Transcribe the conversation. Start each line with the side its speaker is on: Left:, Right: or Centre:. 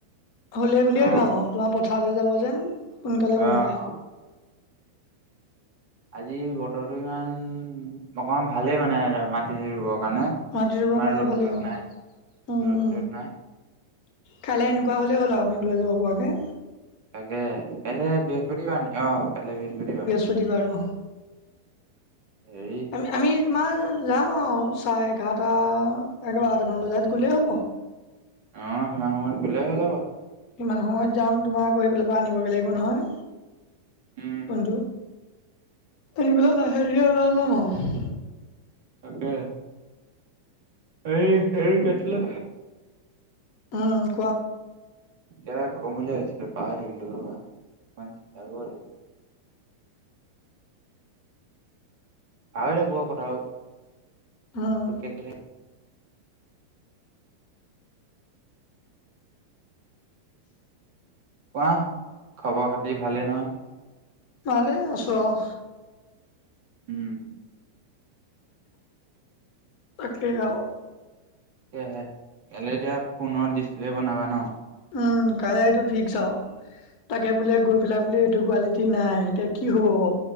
Left: হ'লেই বুলিয়েই
Right: অ
Left: ভাওঁ তোমাৰ পথাৰলৈ যাব যে! সোনকালে
Right: অ অ
Left: বনালে!
Right: আজি বতৰটো ইমান অকমান ভালেই মানে মাটি ৰুবৰ কাৰণে?
Left: মাটি ৰুবৰ
Right: ইমান
Left: কাৰণে
Right: ৰ'দ
Left: ভালেই
Right: চ'দ
Left: আৰু
Right: নাই
Left: উম!
Right: ৰ'দ চ'দ নাই
Left: কাইলৈ এনেকুৱা হ'লেই হ'ল আৰু আমি ওলাই যাব পৰা কে,
Right: তাকে কাইলৈ বৃহস্পতিবাৰ নি অ কাইলে বৃহস্পতিবাৰ,
Left: বৃহস্পতি বাৰ অ
Right: হেৰি
Left: আঁ আমি কিমান যাম আৰু চাৰে এঘাৰটা এঘাৰটামান বজাত গ'লেই হ'ব!
Right: অহ সিমান সময়ত গলেই হয় যাব?
Left: কিমান সময়ত যাও তোমাৰ আকৌ সেইফালৰ পৰা আনিবগৈ লাগিব নহয়
Right: উম
Left: ফোনটো, এইবেলি লাহে দেৰি ওলাই যাম আও
Right: তাকে, এই হেৰি কৈছিলে
Left: অঁ।
Right: ইয়াক কম বুলিয়ে আহিছিলো পাহৰী থাকিলো বৰা। পাহৰী থাকো অ কথাবোৰ।
Left: উম,
Right: তোক কে কেনে কোৱা খবৰ খাতি ভালেই নহয়?
Left: ভালেই আছো অঁহ।
Right: উম।
Left: তাকেই আৰু।
Right: তাকে'হে কাইলৈ এতিয়া ফোনৰ ডিচপ্লে বনাবা ন।
Left: উমঁ কাইলৈ এইটো ফিক্স আৰু। তাকে বোলে গৈ পেলাই বোলে এইটো কোৱালিটি নাই এতিয়া কি হ'ব।